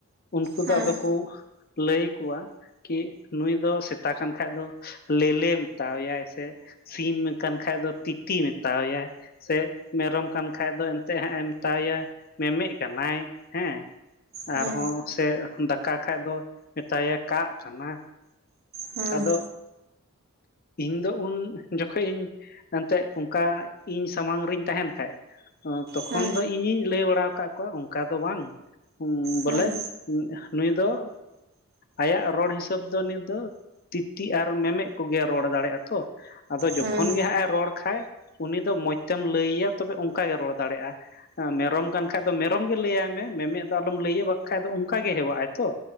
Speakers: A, on the left; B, on the right.
A: ᱩᱱᱠᱩ
B: ᱦᱮᱸ
A: ᱫᱚ ᱟᱫᱚ ᱠᱩ ᱞᱟᱹᱭ ᱟᱠᱚᱣᱟ ᱠᱤ ᱱᱩᱭ ᱫᱚ ᱥᱮᱛᱟ ᱠᱟᱱ ᱠᱷᱟᱡ ᱫᱚ ᱞᱮᱞᱮ ᱢᱮᱛᱟᱣᱟᱭᱟᱭ ᱥᱮ ᱥᱤᱢ ᱠᱟᱱ ᱠᱷᱟᱡ ᱫᱚ ᱛᱤᱛᱤ ᱢᱮᱛᱟᱣᱟᱭᱟᱭ ᱥᱮ ᱢᱮᱨᱚᱢ ᱠᱟᱱ ᱠᱷᱟᱡ ᱫᱚ ᱮᱱᱛᱮᱫ ᱦᱮᱸᱜ ᱮ ᱢᱮᱛᱟᱣ ᱟᱭᱟ ᱢᱮ-ᱢᱮᱜ ᱠᱟᱱᱟᱭ ᱦᱮᱸ
B: ᱦᱮᱸ ᱦᱮᱸ
A: ᱟᱨᱦᱚᱸ ᱥᱮ ᱫᱟᱠᱟ ᱠᱷᱟᱡ ᱫᱚ ᱢᱮᱛᱟᱣ ᱟᱭᱟ ᱠᱟᱜ ᱠᱟᱱᱟ
B: ᱦᱩᱸ
A: ᱟᱫᱚ ᱤᱧ ᱫᱚ ᱩᱱ ᱡᱚᱠᱷᱚᱡ ᱤᱧ ᱮᱱᱛᱮᱜ ᱚᱝᱠᱟ ᱤᱧ ᱥᱟᱢᱟᱝ ᱨᱤᱧ ᱛᱟᱦᱮᱱ ᱠᱷᱟᱡ ᱛᱚᱠᱷᱚᱱ
B: ᱦᱮᱸ
A: ᱫᱚ ᱤᱧᱤᱧ ᱞᱟᱹᱭ ᱵᱟᱲᱟᱣ ᱠᱟᱜ ᱠᱚᱣᱟ ᱚᱝᱠᱟ ᱫᱚ ᱵᱟᱝ
B: ᱦᱮᱸ
A: ᱵᱚᱞᱮ ᱱᱩᱭ ᱫᱚ ᱟᱭᱟᱜ ᱨᱚᱲ ᱦᱤᱥᱟᱹᱵ ᱫᱚ ᱱᱤᱛ ᱫᱚ ᱛᱤᱛᱤ ᱟᱨ ᱢᱮᱢᱮᱜ ᱠᱩᱜᱮ ᱨᱚᱲ ᱫᱟᱲᱮᱭᱟᱜᱼᱟ ᱛᱚ ᱟᱫᱚ ᱡᱚᱠᱷᱚᱱ
B: ᱦᱮᱸ
A: ᱜᱮ ᱦᱟᱸᱜ ᱮ ᱨᱚᱲ ᱠᱷᱟᱡ ᱩᱱᱤ ᱫᱚ ᱢᱚᱡᱽ ᱛᱮᱢ ᱞᱟᱹᱭᱮᱭᱟ ᱛᱚᱵᱮ ᱚᱝᱠᱟᱜᱮ ᱨᱚᱲ ᱫᱟᱲᱮᱜᱼᱟ ᱢᱮᱨᱚᱢ ᱠᱟᱱ ᱠᱷᱟᱡ ᱫᱚ ᱢᱮᱨᱚᱢ ᱜᱮ ᱞᱟᱹᱭᱟᱭ ᱢᱮ ᱢᱮᱢᱮᱜ ᱫᱚ ᱟᱞᱚᱢ ᱞᱟᱹᱭᱭᱟ ᱵᱟᱝᱠᱷᱟᱡ ᱫᱚ ᱚᱝᱠᱟ ᱜᱮ ᱦᱮᱣᱟᱜᱼ ᱟᱭ ᱛᱚ